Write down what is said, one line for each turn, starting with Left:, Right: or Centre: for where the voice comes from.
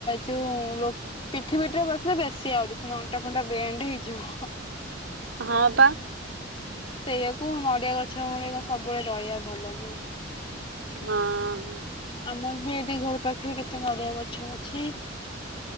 Left: ଯୋଉ ଲୋକ୍ ପିଠି ପିଠି ରେ ବସିଲେ ବେଶୀ ଆଉରି ପୁଣି ଅଣ୍ଟା ଫଣ୍ଟା ବେଣ୍ଡେ ହେଇଯିବ।
Right: ହଁ ପା।
Left: ସେଇଆକୁ ନଡିଆ ଗଛ ମୂଳେ ବା ସବୁବେଳେ ରହିଆ ଭଲ ନୁହଁ।
Right: ହଁ।
Left: ଆମର ବି ଏଇଠି ଘର ପାଖରେ କେତେ ନଡିଆ ଗଛ ଅଛି। ହଁ